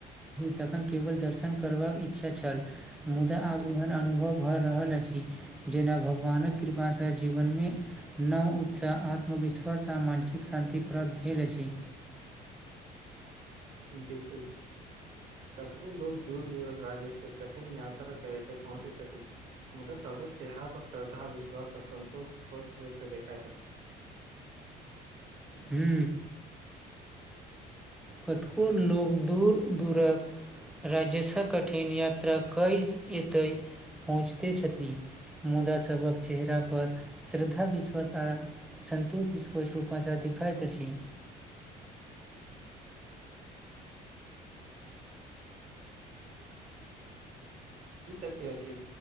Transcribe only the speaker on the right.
देखू कतबो लोक दूर दूरक राज्यसँ कठिन यात्रा कऽ एतऽ पहुँचैत छथि। मुदा सभहक चेहरा पर श्रद्धा, विश्वास आ सन्तोष स्पष्ट रूपसँ देखाइ दै छै।
ई सत्य अछि।